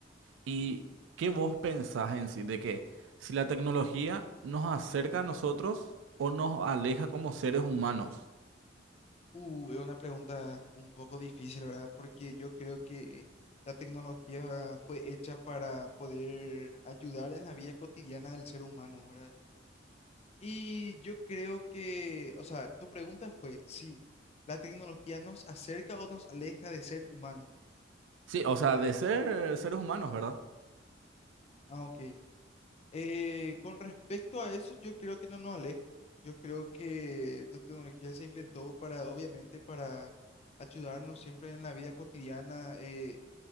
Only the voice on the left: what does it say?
Uh, es una pregunta un poco difícil, ¿verdad? Porque yo creo que la tecnología fue hecha para poder ayudar en la vida cotidiana del ser humano, ¿verdad? Y yo creo que, o sea, tu pregunta fue si la tecnología nos acerca o nos aleja de ser humanos.
Ah, ok. Eh, con respecto a eso, yo creo que no nos aleja. Yo creo que la tecnología se inventó para, obviamente, para ayudarnos siempre en la vida cotidiana. eh,